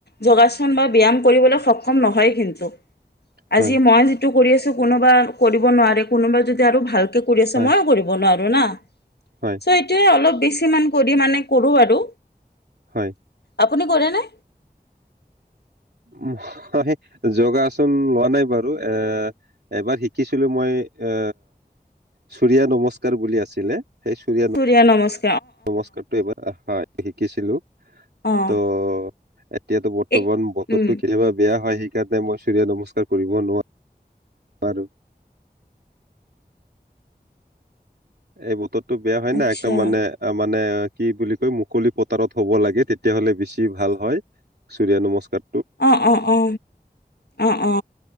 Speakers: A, on the left; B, on the right.
A: যোগাসন বা ব্যায়াম কৰিবলৈ সক্ষম নহয় কিন্তু। আজি
B: হয়,
A: মই যিটো কৰি আছো কোনোবা কৰিব নোৱাৰে, কোনোবা যদি আৰু ভাল কৰি আছ
B: হয়,
A: মইও কৰিব নোৱাৰো না,
B: হয়,
A: চ' এইটোয়ে অলপ বেছিমান কৰি মানে কৰোঁ আৰু।
B: হয়।
A: আপুনি কৰেনে?
B: অ হহে যোগাসন লোৱা নাই বাৰু, এ এবাৰ শিকিছিলো মই এ আ চুৰিয়া নমস্কাৰ বুলি আছিলে। সেই সূৰ্য
A: চুৰিয়া নমস
B: নমস্কাৰটো এইবাৰ হয়, শিকিছিলো
A: অ'
B: তৌ এতিয়াতো বৰ্তমান
A: এই
B: বতৰটো
A: উম,
B: কেতিয়াবা বেয়া হয়। ইয়াতে মই চূৰিয় নমস্কাৰ কৰিব নোৱা আৰো <inaudible> এই বতৰটো বেয়া হয়
A: আচ্ছা
B: না, একদম মানে আমা নে কি বুলি কয় মুকলি পতাৰত হ'ব লাগে, তেতিয়াহলে বেছি ভাল হয়। চুৰিয়া নমস্কাৰ।
A: অ অ অ অ অ